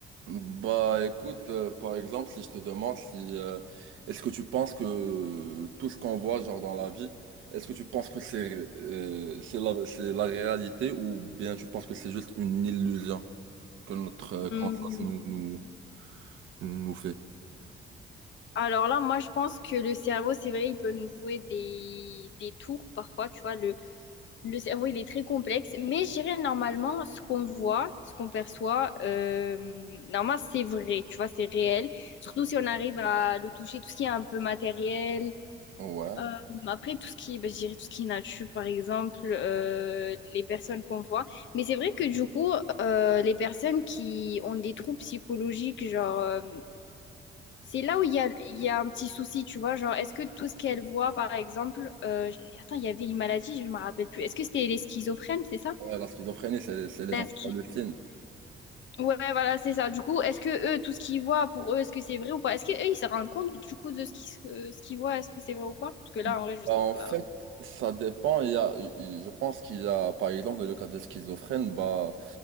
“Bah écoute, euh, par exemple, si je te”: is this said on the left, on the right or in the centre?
Right